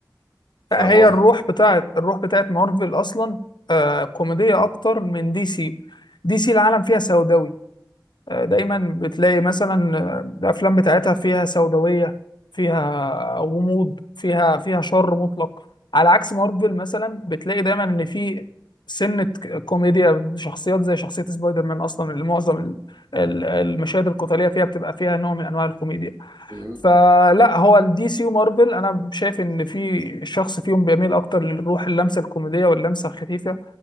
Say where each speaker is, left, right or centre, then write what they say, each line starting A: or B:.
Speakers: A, on the right; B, on the left.
A: فاهم
B: لا هي
A: قصدي؟
B: الروح بتاعت الروح بتاعت مارفل اصلا آه كوميديه اكتر من دي سي دي سي العالم فيها سوداوي آه دايما بتلاقي مثلا آه، الافلام بتاعتها فيها سوداويه فيها غموض فيها فيها شر مطلق على عكس مارفل مثلا بتلاقي دايما ان في سنه ك- كوميديا شخصيات زي شخصيه سبايدر مان اصلا اللي معظم ال- ال- المشاهد القتاليه فيها بتبقى فيها نوع من انواع الكوميديا
A: مم.
B: فلا هو الدي سي ومارفل انا شايف ان في شخص فيهم بيميل اكتر للروح اللمسه الكوميديه واللمسه الخفيفه